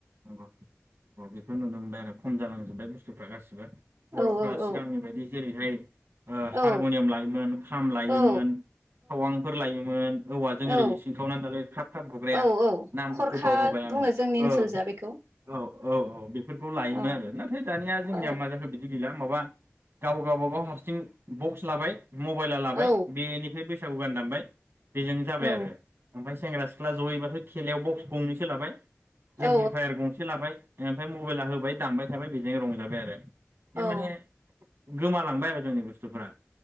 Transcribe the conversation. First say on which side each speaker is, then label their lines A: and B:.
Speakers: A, on the right; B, on the right.
A: नंगौ अ बेखौ नुनो मोनबाय आरो खम जालांजोबबाय बुस्थुफ्रा गासिबो।
B: औ
A: बर'फ्रा
B: औ
A: सिगांनि बायदि जेरैहाय ओ हारमुनियाम
B: औ
A: लायोमोन खाम लायोमोन
B: औ
A: थावांफोर लायोमोन औवाजों
B: औ
A: ओरै सिंखावनानै दालाय ख्राब ख्राब गुग्राया
B: औ औ
A: नामफोरखौ
B: खरखा
A: बावहरबाय
B: बुङो
A: आङो
B: जोंनि ओनसोल
A: औ
B: जा बेखौ
A: औ औ औ बेफोरखौ लायोमोन
B: औ
A: आरो नाथाय दानिया जोंनिया
B: औ
A: मा जाखो बिदिनो गैला माबा गाव गावबागाव हारसिं बक्स लाबाय मबाइला लाबाय
B: औ
A: बेनिफ्राय <unintelligible> गान दामबाय बेजोंनो जाबाय
B: औ
A: आरो ओमफाय सेंग्रा सिख्ला जयैबाथाय <unintelligible> बक्स गंनैसो लाबाय एमप्लिफायार
B: औ
A: गंसे लाबाय ओमफाय मबाइला होबाय दामबाय <unintelligible> बेजों रंजाबाय आरो बे
B: औ
A: माने गोमालांबाय आरो जोंनि बुस्थुफ्रा